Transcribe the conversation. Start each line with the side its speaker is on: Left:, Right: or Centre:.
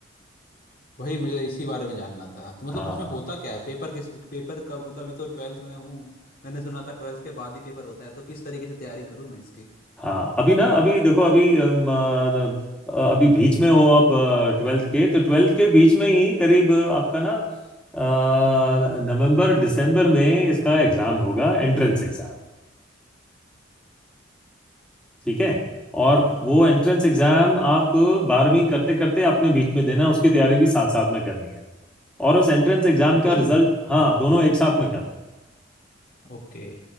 Left: वही मुझे इसी बारे में जानना था तो मतलब
Centre: हाँ
Left: उसमें होता क्या है पेपर किस पेपर का मतलब अभी तो ट्वेल्थ में हूँ मैंने सुना था ट्वेल्थ के बाद ही पेपर होता है तो किस तरीके से तैयारी करूँ मैं इसकी
Centre: हाँ अभी ना अभी देखो अभी अम, अ, अ, अभी बीच में हो आप ट्वेल्थ के तो ट्वेल्थ के बीच में ही करीब अ, आपका ना अ, नवंबर दिसंबर में इसका एग्जाम होगा एंट्रेंस एग्जाम ठीक है
Left: पहले
Centre: और वो एंट्रेंस एग्जाम आप बारहवीं करते करते आपने बीच में देना उसकी तैयारी भी साथ साथ में करनी है और उस एंट्रेंस एग्जाम
Left: दोन
Centre: का रिजल्ट हाँ दोनों एक साथ में करना है
Left: ओके